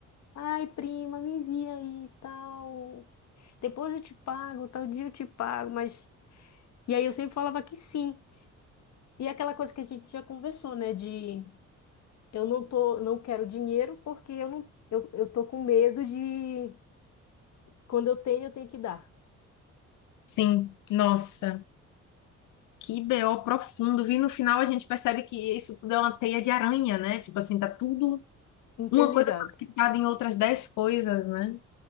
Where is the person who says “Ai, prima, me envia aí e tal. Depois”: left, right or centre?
Left